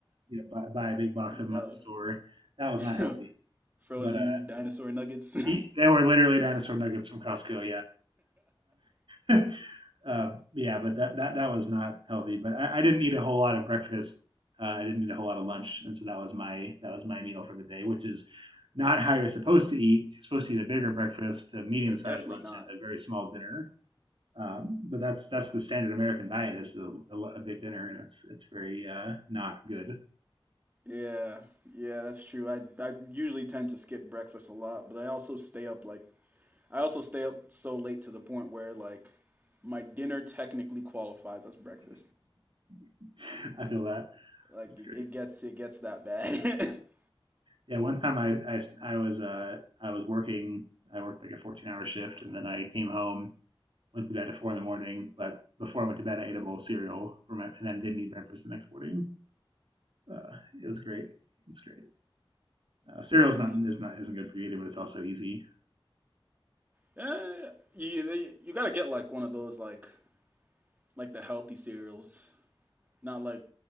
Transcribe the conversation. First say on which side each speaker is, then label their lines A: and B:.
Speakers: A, on the right (about 65°); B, on the right (about 20°).
A: You know, buy, buy a big box
B: Oh no.
A: of them at the store. That was not healthy,
B: <laughs> Frozen
A: but uh,
B: dinosaur nuggets.
A: eat,
B: <laughs>
A: they were literally dinosaur nuggets from Costco. Yeah, <laughs> uh, yeah, but that, that that was not healthy. But I, I didn't eat a whole lot of breakfast. Uh, I didn't eat a whole lot of lunch, and so that was my that was my meal for the day, which is not how you're supposed to eat. You're supposed to eat a bigger breakfast, a medium
B: Yeah,
A: sized
B: definitely
A: lunch,
B: not.
A: and a very small dinner. Um, but that's that's the standard American diet is a, a, a big dinner, and it's it's very uh, not good.
B: Yeah, yeah, that's true. I I usually tend to skip breakfast a lot, but I also stay up like I also stay up so late to the point where like my dinner technically qualifies as breakfast.
A: <laughs> I feel that.
B: Like
A: That's
B: it,
A: great.
B: it gets it gets that bad. <laughs>
A: Yeah, one time I I, I was uh, I was working. I worked like a 14 hour shift, and then I came home went to bed at four in the morning, but before I went to bed, I ate a bowl of cereal for my, and then didn't eat breakfast the next morning. Uh, it was great. It's great. Uh, cereal is
B: You,
A: not is not isn't good for you either, but it's also easy.
B: yeah, you they, you gotta get like one of those like like the healthy cereals. Not like